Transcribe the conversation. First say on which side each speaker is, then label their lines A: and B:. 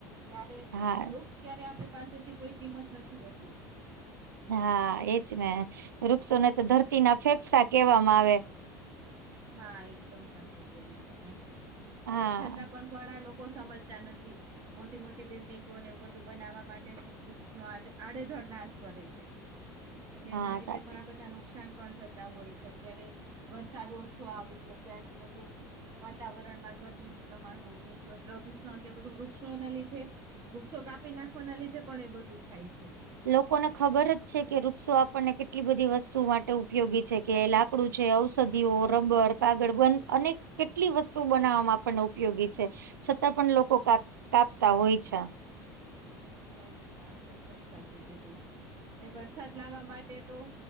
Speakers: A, on the right; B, on the right.
A: જ્યારે
B: છે હા
A: વૃક્ષ ક્યારે આપણે પાસેથી કોઈ કિંમત નથી વસૂલીયું.
B: હા એજ ને વૃક્ષોને તો ધરતીના ફેફસા કેહેવામાં આવે.
A: હા એકદમ સાચું બોલ્યુ તમે
B: હા
A: અને છતાં પણ ઘણા લોકો સમજતા નથી. મોટી-મોટી બિલ્ડિંગોને એવું બધું બનાવવા માટે છે વૃક્ષોનો આડે આડેધડ નાશ કરે છે. એટલે
B: હા
A: એના લીધે
B: સાચી
A: ઘણા બધા નુકસાન પણ થતા હોય છે અત્યારે વરસાદ ઓછ ઓછો આવ્યુ કે આટલું બધું વાતાવરણમાં ગરમીનું પ્રમાણ હોવું પ્રદુષણ કે બધું વૃક્ષોના લીધે વૃક્ષો કાપી નાખવાના લીધે પણ એ બધું થાય છે.
B: લોકોને ખબર જ છે કે વૃક્ષો આપણને કેટલી બધી વસ્તુ માટે ઉપયોગી છે કે લાકડું છે, ઔષધિઓ, રબર, કાગળ બંધ અનેક કેટલી વસ્તુ બનાવવામાં આપણને ઉપયોગી છે છતાં પણ લોકો કાપ કાપતા હોય છે.
A: સાચી વાત છે એકદમ સાચું કીધું અને વરસાદ લાવવા માટે તો